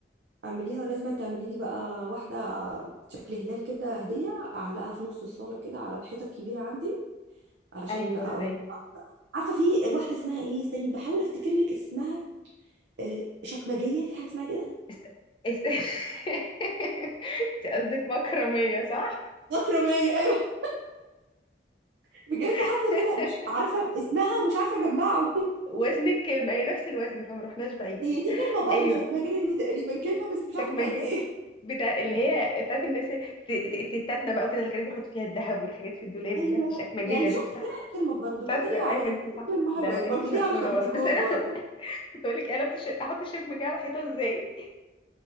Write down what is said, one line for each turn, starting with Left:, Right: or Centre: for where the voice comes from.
Right: اعمليها ولازم تعملي لي بقى واحده شكل هلال كده هديه اعلقها في نص الصاله كده على الحيطه الكبيره عندي عشان
Left: ايوه
Right: اقول
Left: ايوه
Right: عارفه في واحده اسمها ايه استني بحاول افتكر لك اسمها آه، شكمجيه في حاجه اسمها كده
Left: است... است... <laughs> انت قصدك مكرميه صح
Right: اكرميه ايوه بجد
Left: <laughs>
Right: حاسه ان انا مش عارفه اسمها ومش عارفه اجمعه
Left: وزن
Right: <laughs>
Left: الكلمه هي نفس الوزن فما رحناش بعيد
Right: هي دي كلمه
Left: ايوه
Right: برضو شكمجيه دي تقريبا كلمه
Left: شك...
Right: بس مش عارفه
Left: شك
Right: بتاعت
Left: مجال
Right: ايه
Left: بتاع اللي هي بتاعت الناس الت- الت- التتاتنا بقى وكده اللي كانوا بيحطوا فيها الذهب والحاجات في الدولاب
Right: ايوه
Left: دي عارفة، الشكمجيه
Right: يعني شفت
Left: دي
Right: طلعت كلمه برضو
Left: شاطرة
Right: تتريق
Left: أيوة
Right: عليا
Left: أنتي صح
Right: كلمه
Left: لا
Right: حلوه
Left: لا
Right: برضو
Left: أنتي شطورة
Right: ليها علاقه بالديكور
Left: والله بس أنا
Right: برضو
Left: <laughs> كنت أقول لك قلبت الش... أحط الشيف مجاعة على الحيطة إزاي